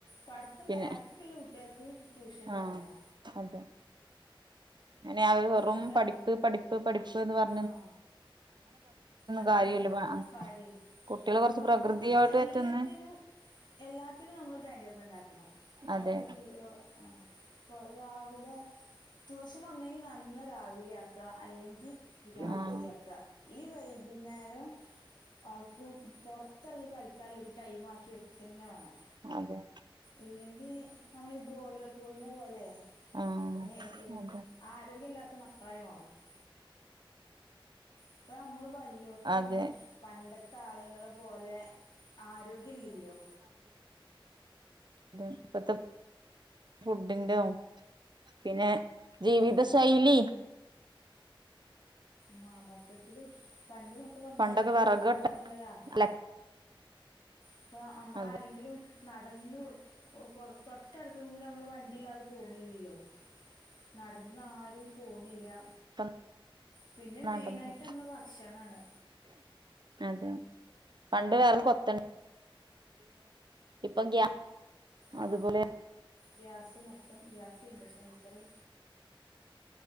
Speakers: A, on the left (about 55°); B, on the right (about 55°).
A: പഠിത്തം
B: പിന്നെ
A: ബാക്കിക്കല്ല <unintelligible> കുട്ടികൾക്ക് കുട്ടിൾക്ക് ട്യൂഷൻ
B: ആഹ്
A: നല്ലതാ
B: അതെ അങ്ങനെ വാവുമ്പോ വെറും
A: അവിടെ
B: പഠിപ്പ് പഠിപ്പു പഠിപ്പ് എന്ന് പറഞ്ഞു
A: ആ അതാണ്
B: കാര്യല്ല
A: കാര്യം
B: കുട്ടികള് കൊറച്ച്
A: മക്കക്ക്
B: പ്രകൃതിയോട്ത്ത്ന്ന്
A: എല്ലതിനും എല്ലാത്തിനുംനമ്മളൊരു ടൈമിറ്റബിൾ ഉണ്ടാക്കണം
B: അതെ
A: ഒലെ ജീവിതവും ആ രാവിലെ ഒന്നുങ്കി ട്യൂഷൻ നടന്നു രാവിലെയാക്ക അല്ലെങ്കി രാത്രി
B: ആഹ്
A: യാക്കാ ഈ വൈകുന്നേരം ഓൾക്ക് പുറത്തു ഇറങ്ങി കളിക്കാനുള്ള ടൈം ആക്കി വെക്കാ എന്നാ വേണം
B: അതെ
A: ഇല്ലെങ്കി നമ്മള് ബ്രോയ്ലർ കോഴിനെ പോലെ-
B: ആഹ്
A: ഏ ഏ
B: അതെ
A: ആരോഗ്യ ഇല്ലാത്ത മക്കള് ആയി മാറും <inaudible> ഇപ്പൊ നമ്മള് വല്ലിയോർക്ക് തന്നെ
B: അതെ
A: പണ്ട പണ്ടത്തെ ആളുകളെ പോലെ- ആരോഗ്യയില്ലല്ലോ
B: ഇപ്പോഴത്തെ ഫുഡിന്റെ പിന്നെ ജീവിതശൈലി
A: ആഹ് മാ മൊത്തത്തില് പണ്ട് എന്നൊക്കെ പറഞ്ഞാല്
B: പണ്ടൊക്കെ വെറകൊട്ട
A: നടന്ന് ഉള്ള യാത്ര
B: അല
A: ഇപ്പൊ നമ്മള്
B: അതെ
A: ആരെങ്കിലും നടന്ന് <unintelligible> തൊട്ടടുത്ത് പോലും നമ്മള് വണ്ടി ഇല്ലാതെ <unintelligible> പോണില്ലല്ലോ നടന്ന് ആരും പോണില്ലാ
B: ഇപ്പ
A: പിന്നെ മെയിൻ
B: അതൊക്കെ
A: ആയിട്ട് നമ്മള് ഭക്ഷണം ആണ്
B: അതെ പണ്ട് വെറും കൊത്ത ഇപ്പൊ ഗ്യാ
A: ആ
B: അതുപോലെ
A: ഗ്യാസ് മൊത്തം ഗ്യാസ് ഇൻജെക്ഷൻ കുക്കറ്